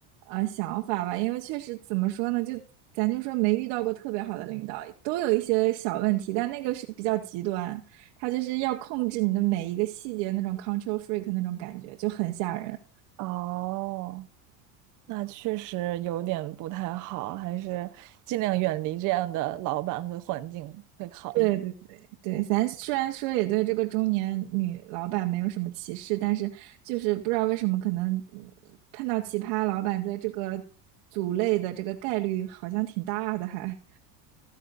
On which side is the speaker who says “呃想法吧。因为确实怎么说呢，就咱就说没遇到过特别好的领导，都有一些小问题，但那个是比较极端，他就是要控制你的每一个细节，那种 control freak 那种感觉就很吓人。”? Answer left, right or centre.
Right